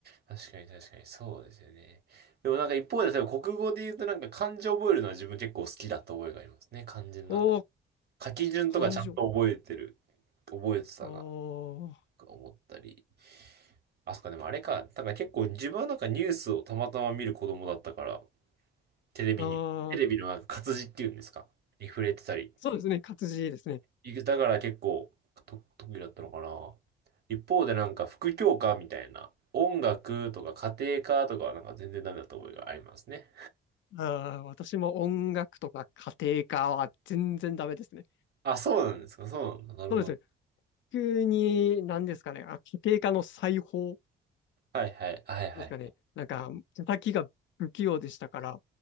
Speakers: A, on the right (about 55°); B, on the left (about 70°).
A: 確かに確かに、そうですよね。でもなんか一方で、例えば国語で言うとなんか漢字覚えるのは自分結構好きだった覚えがありますね。漢字のなんか
B: おー、
A: 書き順とかちゃんと覚えてる、
B: 漢字を。
A: 覚えてたな、
B: あー、
A: とか思ったり。あ、そっか、でもあれか、なんか結構自分はなんかニュースをたまたま見る子供だったから、テレビに、
B: あー、
A: テレビのなんか活字っていうんですか、に触れてたり
B: そうですね。活字ですね。
A: いくだから結構と特技だったのかな。一方でなんか副教科みたいな、音楽とか家庭科とかはなんか全然ダメだった覚えがありますね。
B: あー、私も音楽とか家庭科は全然ダメですね。
A: あ、そうなんですか、そうなんだ。なるほど。
B: そうですね。急に、何ですかね。あ、家庭科の裁縫
A: はいはい、はいはい。
B: ですかね。なんか、叩きが不器用でしたから、